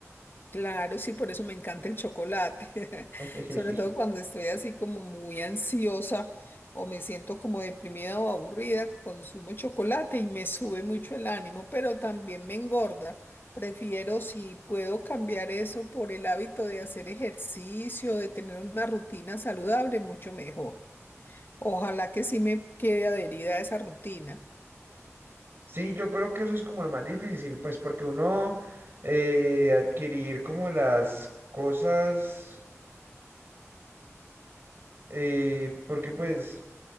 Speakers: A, on the left (about 45°); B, on the right (about 45°).
A: Claro, sí, por eso me encanta el chocolate,
B: <laughs>
A: <laughs> sobre todo cuando estoy así como muy ansiosa o me siento como deprimida o aburrida, consumo chocolate y me sube mucho el ánimo, pero también me engorda. Prefiero, si puedo cambiar eso por el hábito de hacer ejercicio, de tener una rutina saludable, mucho mejor. Ojalá que sí me quede adherida a esa rutina.
B: Sí, yo creo que eso es como lo más difícil, pues porque uno eh, adquirir como las cosas, eh, porque pues